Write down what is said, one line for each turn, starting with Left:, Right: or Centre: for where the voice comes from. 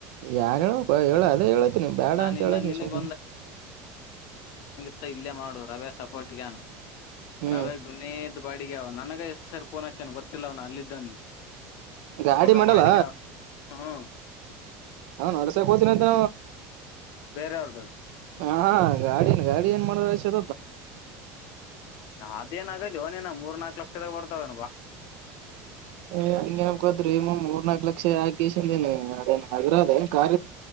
Right: ಯಾಾರ ಹೇಳ ಹೇಳ ಅದೇ ಹೇಳತನಿ ಬೇಡ
Left: ನಾನ್
Right: ಅಂತ
Left: ಇನ್ನ
Right: ಹೇಳತನ
Left: ನಿನಗ್
Right: ಸುಮನೆ
Left: ಮ ಇಲ್ಲೇ ಮಾಡು ರವೆ ಸಪೋರ್ಟ್ಗನ್
Right: ಹ್ಮ್
Left: ಹರಾವ ದೊನಿ ಬಾಡಿಗೆ ಅವ ನನಗ ಎಸ್ ಸರಿ ಫೋನ್ ಅಚ್ಚನ್ ಗೊತ್ತಿಲ್ಲ ಅವ್ನ ಅಲ್ಲಿದ್ದವನಿ
Right: ಗಾಡಿ
Left: ಮಗ
Right: ಮಾಡಲ್ಲ
Left: ಬಾಡಿಿಗೆ ಹ್ಮ್ <unintelligible>
Right: ಹಾ ನಡ್ಸಕ್ ಹೋತೀನಿ ಅಂತ
Left: ಬೇರೆ ಅವ್ರ್ದು
Right: ಹಾ ಗಾಡಿನ ಗಾಡಿ ಏನ್ ಮಾಡ ಷ
Left: ಹಾದೇ <unintelligible> ಏನಗ ದವಏ ಮೂರ್ ನಾಕಕ್ ಲಕ್ಷದ ಬರ್ತವೆ
Right: ಹಂಗೇನ್ ಅನ್ಕೊಂತೀರಿ ಮೂರ್ನಾಲ್ಕು ಲಕ್ಷ ರೇಷನ್ ಏನ್ ಅದೇನ್ <unintelligible> ಅಗರಧ ಕಾರ